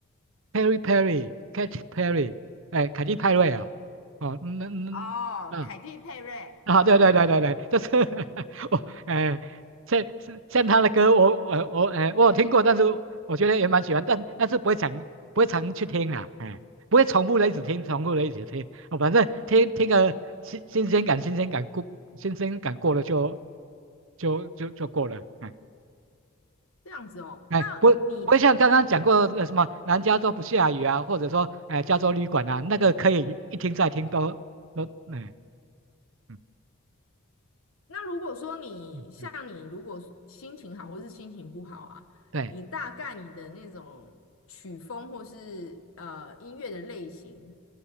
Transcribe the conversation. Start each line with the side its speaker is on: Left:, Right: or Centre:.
Right: Perry Perry Katy Perry，哎，凯蒂派瑞哦，哦，那那
Left: 哦，
Right: <laughs>
Left: 凯蒂佩瑞啊，
Right: 啊，对对对对对，
Left: 哦
Right: 就是 <laughs> 我，哎、像是像他的歌我，我我哎、我有听过，但是我觉得也蛮喜欢，但但是不会常不会常去听啊，哎、不会重复的一直听，
Left: 嗯，
Right: 重复的一直听，哦，反正听听个新新鲜感，新鲜感过，新鲜感过了就就就就过了，哎、
Left: 这样子哦。
Right: 哎、
Left: 那你
Right: 不不会像刚刚讲过的什么南加州不下雨啊，或者说哎、加州旅馆啊，那个可以一听再听都都哎嗯
Left: 那如果说你像你，
Right: 嗯嗯，
Left: 如果心情好或是心情不好啊，
Right: 对。
Left: 你大概你的那种曲风或是呃音乐的类型